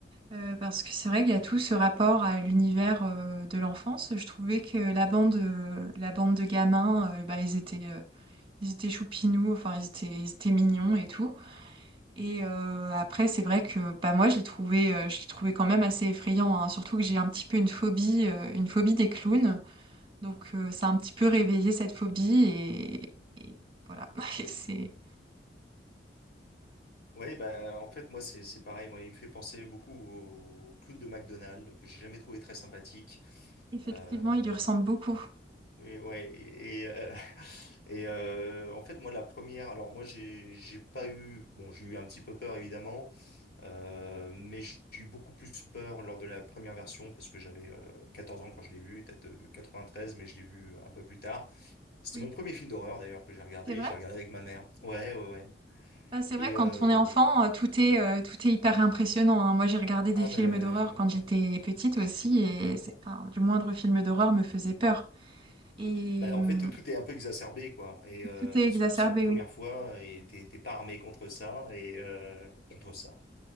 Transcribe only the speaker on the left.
Ouais, bah, en fait, moi, c'est c'est pareil. Moi, il me fait penser beaucoup au clown de McDonald's, que j'ai jamais trouvé très sympathique.
Euh,
et ouais, et, et, euh, <laughs> et, euh, en fait, moi, la première, alors moi, j'ai j'ai pas eu, bon, j'ai eu un petit peu peur, évidemment, euh, mais j'ai eu beaucoup plus peur lors de la première version, parce que j'avais euh, 14 ans quand je l'ai vu, date de 93, mais je l'ai vu un peu plus tard. C'était
mon premier film d'horreur, d'ailleurs, que j'ai regardé,
j'ai regardé avec ma mère. Ouais, ouais, ouais.
Et,
euh,
ah,
ben
ouais,
Bah,
en fait, tout est un peu exacerbé, quoi. Et euh,
surtout que c'est la première
fois et t'es t'es pas armé contre ça et euh, contre ça.